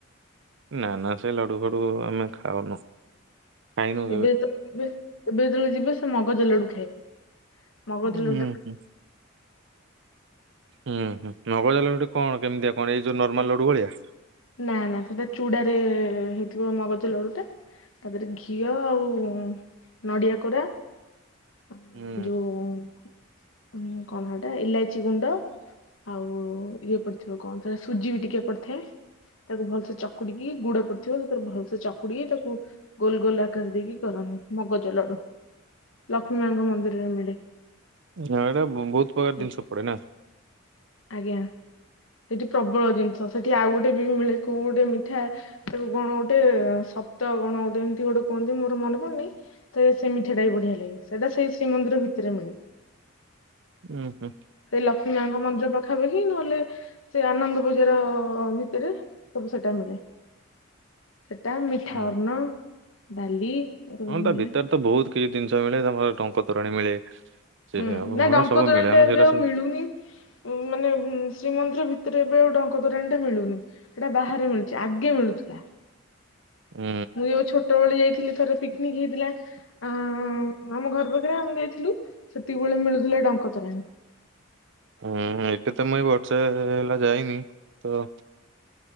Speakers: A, on the right; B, on the left.
A: ନାନା ସେ ଲଡୁ ଫଡୁ ଆମେ ଖାଉନୁ। ଖାଇନୁ କେବେ।
B: ଏବେ <unintelligible> ଯିବେ ଏବେ ଯେତେବେଳେ ଯିବେ। ସେ ମଗଜ ଲଡୁ ଖାଇବେ ମଗଜ
A: ଉଁ
B: ଲଡୁ
A: ହୁଁ। ହୁଁ ହୁଁ ମଗଜ ଲଡୁ କଣ କେମିତିଆ କଣ ଏଇ ଯୋଉ ନର୍ମାଲ ଲଡୁ ଭଳିଆ?
B: ନା ନା ସେଟା ଚୁଡାରେ ହେଇଥିବ ମଗଜ ଲଡୁ ଟା। ତାପରେ ଘିଅ ଆଉ ନଡ଼ିଆ କୋରା। ଅ
A: ହୁଁ
B: ଯୋଉ କଣ ହେଟା ଇଲାଇଚି ଗୁଣ୍ଡ। ଆଉ ଇଏ ପଡିଥିବ କଣ ସେଟା ସୁଜି ବି ଟିକେ ପଡିଥାଏ। ତାକୁ ଭଲସେ ଚକୁଡିକି ଗୁଡ ପଡିଥିବ ତାକୁ ର ଭଲସେ ଚକୁଡି ତାକୁ ଗୋଲ ଗୋଲ ଆକାର ଦେଇକି କରନ୍ତିି ମଗଜ ଲଡୁ ଲକ୍ଷ୍ମୀ ମାଙ୍କ ମନ୍ଦିରରେ ମିଳେ।
A: ହ ଏଇଟା ବହୁତ ପ୍ରକାର
B: ସେଇଠି
A: ଜିନିଷ ପଡେ ନା।
B: ଆଜ୍ଞା ସେଠି ପ୍ରବଳ ଜିନିଷ ସେଠି ଆଉ ଗୋଟେ ବି ମିଳେ କୋଉ ଗୋଟେ ମିଠା। ତାକୁ କଣ ଗୋଟେ ସପ୍ତ କଣ ଗୋଟେ ଏମିତି ଗୋଟେ କୁହନ୍ତି ମୋର ମନେ ପଡୁନି। ସେ ସେ ମିଠାଟା ବି ବଢିଆ ଲାଗେ, ସେଇଟା ସେଇ ଶ୍ରୀମନ୍ଦିର ଭିତରେ ମିଳେ।
A: ଉୁଁ ହୁଁ।
B: ସେଇ ଲକ୍ଷ୍ମୀ ମାଙ୍କ ମନ୍ଦିର ପାଖ ଖା ପାଖି ନହେଲେ ସେ ଆନନ୍ଦ ବଜାର ଭିତରେ ସବୁ ସେଟା ମିଳେ। ସେଟା ମିଠା
A: ହୁଁ।
B: ଅର୍ଣ ଡାଲି।
A: ହଁ
B: ମିଳେ
A: ତା ଭିତରେ ତ ବହୁତ କିଛି ଜିନିଷ ମିଳେ ତମର ଟଙ୍କ ତୋରାଣୀ ମିଳେ। ସେ
B: ହୁଁ ନାଇଁ ଟଙ୍କ
A: ଆ ସବୁ
B: ତୋରାଣି
A: ମିଳେ
B: ଟା
A: ଆମେ
B: ଏବେ
A: ସେଇଟା
B: ଆଉ
A: ସବୁ
B: ମିଳୁନି। ଉ ମାନେ ଶ୍ରୀମନ୍ଦିର ଭିତରେ ଏବେ ଆଉ ଟଙ୍କ ତୋରାଣୀ ଟା ମିଳୁନି। ସେଟା ବାହାରେ ମିଳୁଛି ଆଗେ ମିଳୁଥିଲା।
A: ଉଁ
B: ମୁଁ ଯୋଉ ଛୋଟବେଳେ ଯାଇଥିଲି ଥରେ ପିକ୍ନିକ ହେଇଥିଲା ଆ ଆମ ଘର ପା ଖରେ ଆମେ ଯାଇଥିଲୁ ସେତିକି ବେଳେ ମିଳୁଥିଲା ଟଙ୍କ ତୋରାଣୀ।
A: ହୁଁ ଏଠି ତ ମୁଏଇ ବର୍ଷେ ହେଲା ଯାଇନି ତ